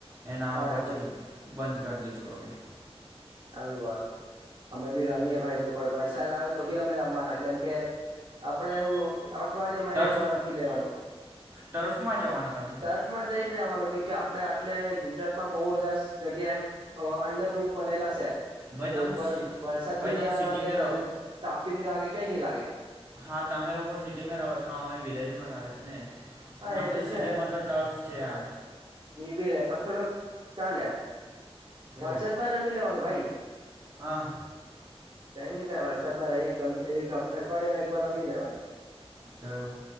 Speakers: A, on the right; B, on the right.
A: એના
B: હા
A: આવો પછી
B: એ
A: બંધ કરી દઈશો તોવાલી
B: અું વારું અમે ભી રમીએ ભાઈ જો વરસાદ આવે તો બી અમે રમવાના કેમકે આપણે હું અઠવાડિયા માં
A: ટર્ફ
B: એક વાર રમી લેવાનું
A: ટર્ફમાં જવાના તમે
B: તુર્ફ મા જઈ જ આવાનું કે કે આપણે આટલે ગુજરાતમાં બહુ બધા જગ્યા એમ અંડર રૂપ બનેલા છે
A: ભાઈ
B: તો
A: તમે
B: ઉપર વરસાદ
A: ભાઈ
B: ભી
A: તમે
B: નહી
A: સિટીમાં
B: લાગે તમને
A: રહો
B: તાપ ભી નહી લાગે કઈ નઈ લાગે
A: હા તમે લોકો સિટીમાં રહો છો અમે વિલેજમાં રહ છ ને
B: હા
A: તમારે
B: એ તો છે
A: સિટીમાં તો ટફ છે
B: થોડક
A: યાર
B: જગ્યા ની બી રે પણ થોડક ચા લે વોટ્સપમાં
A: એવું
B: રમી લેવાનો, ભાઈ.
A: હા
B: કઈ નહી થાય વરસાદમાં એક અઠવાડિયામાં એક વાર રમી લેવાનું.
A: કેવું